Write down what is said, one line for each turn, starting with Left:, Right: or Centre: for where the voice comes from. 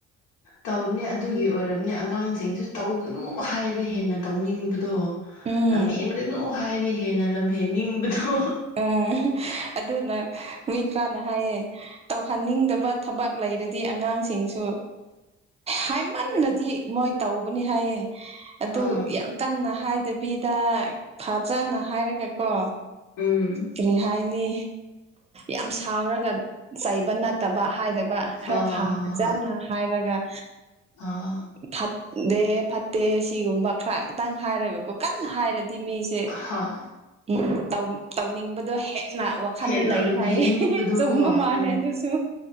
Left: ꯇꯧꯅꯦ ꯑꯗꯨꯒꯤ ꯑꯣꯏꯔꯝꯅꯦ ꯑꯉꯥꯡꯁꯤꯡꯁꯨ ꯇꯧꯒꯅꯨ ꯍꯥꯏꯔꯦ ꯍꯦꯟꯅ ꯇꯧꯅꯤꯡꯕꯗꯣ
Right: ꯎꯝ
Left: ꯂꯝꯍꯦꯟꯒꯅꯨ ꯍꯥꯏꯗꯤ ꯍꯦꯟꯅ ꯂꯝꯍꯦꯟꯅꯤꯡꯕꯗꯣ
Right: ꯑꯥ ꯍꯥ ꯑꯗꯨꯅ ꯃꯤꯈꯔꯥꯅ ꯍꯥꯏꯌꯦ꯫ ꯇꯧꯍꯟꯅꯤꯡꯗꯕ ꯊꯕꯛ ꯂꯩꯔꯗꯤ ꯑꯉꯥꯡꯁꯤꯡꯁꯨ ꯍꯥꯏꯃꯟꯅꯗꯤ ꯃꯣꯏ ꯇꯧꯕꯅꯤ ꯍꯥꯏꯌꯦ꯫ ꯑꯗꯨ
Left: ꯑꯥ
Right: ꯌꯥꯝ ꯀꯟꯅ ꯍꯥꯏꯗꯕꯤꯗ ꯐꯖꯅ ꯍꯥꯏꯔꯒ ꯀꯣ
Left: ꯎꯝ
Right: ꯀꯔꯤ ꯍꯥꯏ ꯅꯤ ꯌꯥꯝ ꯁꯥꯎꯔꯒ ꯆꯩꯕ ꯅꯠꯇꯕ ꯍꯥꯏꯗꯕ ꯈꯔ
Left: ꯍꯣꯏ ꯍꯣꯏ
Right: ꯐꯖꯅ
Left: ꯍꯣꯏ ꯍꯣꯏ
Right: ꯍꯥꯏꯔꯒ
Left: ꯑꯥ
Right: ꯐꯠꯇꯦ ꯐꯠꯇꯦ ꯁꯤꯒꯨꯝꯕ ꯈꯔꯇꯪ ꯍꯥꯏꯔꯒꯀ ꯀꯟꯅ ꯍꯥꯏꯔꯗꯤ ꯃꯤꯁꯦ
Left: ꯍꯣꯏ
Right: ꯎ ꯇꯧꯅꯤꯡꯕꯗꯣ ꯍꯦꯛ ꯋꯥꯈꯜꯗ
Left: ꯍꯦꯟꯅ
Right: ꯂꯩ
Left: ꯂꯝꯍꯦꯟꯅꯤꯡꯕꯗꯣꯀꯣ
Right: ꯍꯥꯏꯌꯦ ꯆꯨꯝꯕ ꯃꯥꯜꯂꯦ
Left: ꯎꯝ
Right: ꯑꯗꯨꯁꯨ